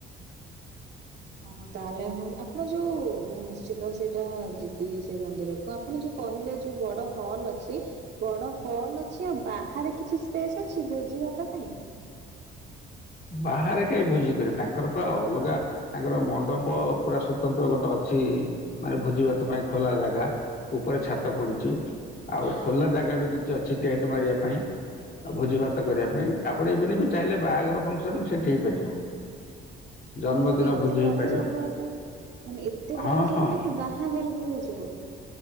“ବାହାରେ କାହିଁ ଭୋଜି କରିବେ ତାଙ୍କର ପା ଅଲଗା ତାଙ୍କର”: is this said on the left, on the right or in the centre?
Left